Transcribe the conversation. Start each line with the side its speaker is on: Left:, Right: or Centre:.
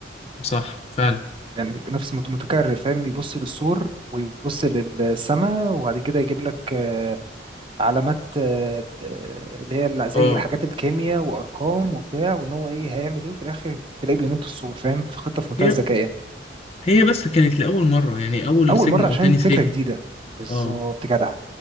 Left: صح فعلا
Right: يعني نفس مت- متكرر فاهم يبص للسور ويبص للسماء وبعد كده يجيب لك آه، علامات آه، آه، اللي هي ال- زي
Left: اه
Right: حاجات الكيمياء وارقام وبتاع وان هو ايه هيعمل ايه وفي الاخر تلاقيه بينط السور فاهم في خطه في منتهى
Left: هي
Right: الذكاء
Left: هي بس كانت لأول مرة يعني أول
Right: اول
Left: سجن
Right: مره
Left: أو
Right: عشان
Left: تاني
Right: فكره
Left: سجن
Right: جديده بالظبط
Left: اه
Right: جدع